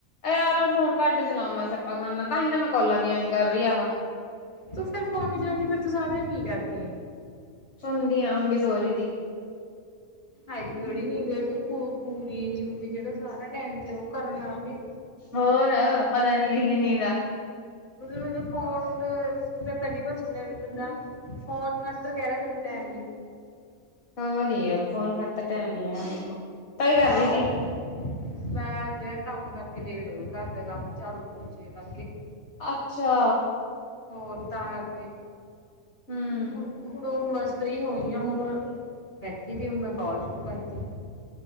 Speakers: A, on the left (about 50°); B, on the left (about 35°).
A: ਇਹ ਯਾਰ ਮੈਂ ਫੋਨ ਘੱਟ ਚਲਾਵਾਂ ਸਿਆਪਾ ਖਾਣਾ ਤਾਹੀ ਤਾਂ ਮੈਂ ਕੌਲਾਂ ਜੀਆਂ ਨੀ ਕਰ ਰਹੀ ਆਹਾਂ।
B: ਤੂੰ ਫਿਰ ਫੋਨ ਨੀ ਚਲਾਉਂਦੀ ਫਿਰ ਤੂੰ ਸਾਰਾ ਦਿਨ ਕੀ ਕਰਦੀ ਆ?
A: ਸੁਣਦੀ ਆ ਹੁਣ ਵੀ ਸੋਹਰੀ ਦੀ।
B: ਆਈ ਕਿਹੜੀ ਨੀਂਦ ਜਿਹੜੀ ਪੂਰ ਪੂਰੀ ਨੀ ਹੀ ਹੁੰਦੀ ਜਿਹੜਾ ਸਾਰਾ। ਟਾਈਮ ਜੇ ਉਹ ਕਰਨ ਆਵੇ।
A: ਹੋਰ। ਪਤਾ ਨੀ ਕਹੀ ਜੀ ਨੀਂਦ ਆ।
B: ਮਤਲਬ ਮੈਨੂੰ ਫੋਨ ਦੇ, ਮੈਂ ਪਹਿਲੀ ਵਾਰ ਸੁਣਿਆ ਵੀ ਬੰਦਾ ਫੋਨ ਖਾਤਰ ਕਹਿ ਰਿਹਾ ਫ <unintelligible>
A: ਹੋਰ ਯਾਰ ਫੋਨ ਖਾਤਰ ਟਾਈਮ ਨੀ ਹੈਗਾ ਮੇਰੇ ਕੋਲ ਤੋ ਕੇ ਕਰ ਰਹੀ
B: ਆਹੋ
A: ਤੀ
B: ਮੈਂ ਅੱਜ ਕੰਮ ਕਰਕੇ ਲੇਟ ਹੋ ਗਈ ਘਰ ਦੇ ਕੰਮ, ਝਾੜੂ। ਪੋਚੇ ਕਰ
A: ਅੱਛਾ
B: ਹੋਰ ਤਾਂ ਕਰਕੇ
A: ਹੂੰ
B: ਹੁਣ ਹੁਣ ਬਸ ਫ੍ਰੀ ਹੋਈ ਆ ਹੁਣ ਬੈਠੀ ਤੀ, ਹੁਣ ਮੈਂ ਕਾਲ ਸ਼ੁਰੂ ਕਰਤੀ।